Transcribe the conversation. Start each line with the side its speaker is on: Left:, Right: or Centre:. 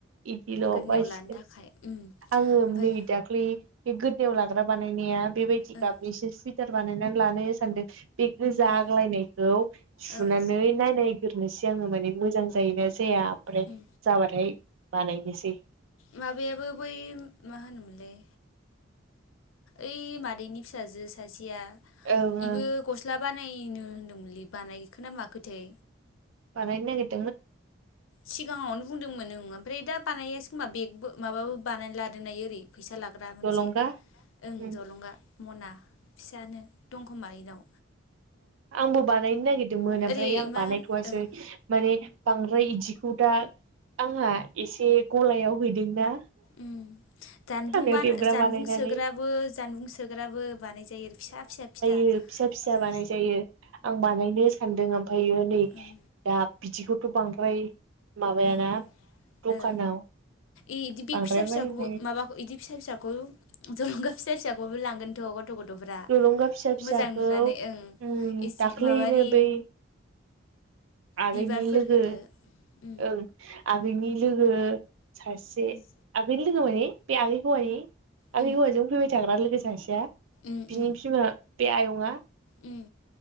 Right: बिदिल'
Left: गोदोनायाव
Right: बायसिगोन
Left: लानो थाखाय उम
Right: आङो
Left: ओमफाय
Right: नै दाख्लै बे गोद गोदोयाव लाग्रा बानायनाया बेबायदि
Left: ओं
Right: गाबनिसो सुइटार बानायनानै लानो सानदों। बे गोजा
Left: ओं
Right: आग्लायनायखौ सुनानै
Left: ओं
Right: नायनायग्रोनोसै आङो माने। मोजां जायोना जाया ओमफ्राय
Left: उम
Right: जाबाथाय बानायनोसै।
Left: माबायाबो बै मा होनोमोनलाय। ओइ मादैनि फिसाजो सासेया
Right: ओं
Left: बेबो
Right: ओं
Left: गस्ला बानायनो होनदोंमोनलै बानायखोना माखोथाय।
Right: बानायनो नागिरदों
Left: सिगाङावनो बुंदोंमोन ओमफ्राय दा बानायैसै खोमा बेगबो माबाबो बानाय लादों बियो ओरैनो फैसा लाग्रा मोनसे
Right: जलंगा
Left: ओं
Right: उम
Left: जलंगा। मना फिसानो दं खोमा इनाव।
Right: आंबो बानायनो नागिरदोंमोन
Left: ओरै
Right: ओमफ्राय आं
Left: मा
Right: बानायथ'वासै
Left: होन ओं
Right: माने बां ओमफ्राय इदिखौ दा आंहा एसे गलायाव हैदोंना?
Left: उम जानबुं
Right: खानायाव
Left: बान
Right: देबग्रा
Left: जानबुं
Right: बानायनानै
Left: सोग्राबो जानबुं सोग्राबो बानाय जायो फिसा फिसा फिथा
Right: ओ फिसा फिसा
Left: ओं
Right: बानाय जायो आं बानायनो। सानदों ओमफायो नै
Left: ओं
Right: दा बिदिखौथ बांद्राय। माबायाना
Left: ओं
Right: दखानाव
Left: ओ इदि बेग
Right: बांद्राय
Left: फिसा फिसाखौबो
Right: बायनाय।
Left: माबाखौ इदि फिसा फिसाखौ जलंगा फिसा फिसाखौबो लांगोनथ। गथ'फ्रा
Right: जलंगा फिसा फिसाखौ
Left: मोजां नुनानै ओं
Right: उम
Left: एसे
Right: दाख्लैैनो
Left: माबानि
Right: बै आगैनि
Left: बिबारफोर
Right: लोगो
Left: होदो उम
Right: ओं आगैनि लोगो सासे
Left: उम
Right: आगैनि लोगो माने बे आगै हौवानि
Left: उम
Right: आगै हौवाजों फैबाय थाग्रा लोगोसे। सासेया
Left: उम
Right: बिनि
Left: उम
Right: बिमा बे आयंआ
Left: उम